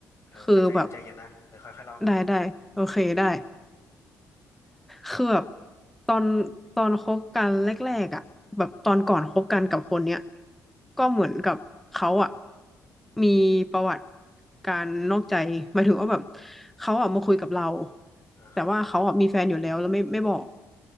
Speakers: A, on the left; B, in the centre.
A: เออแต่ใจใจเย็นนะเออค่อยๆเล่ามา
B: คือแบบได้ได้โอเคได้ คือแบบตอนตอนคบกันแรกๆอ่ะแบบตอนก่อนคบกันกับคนเนี้ยก็เหมือนกับเขาอ่ะมีประวัติการนอกใจหมายถึงว่าแบบเขาอ่ะมาคุยกับเรา
A: อ่าฮะ
B: แต่ว่าเขาอ่ะมีแฟนอยู่แล้วแล้วไม่ไม่บอก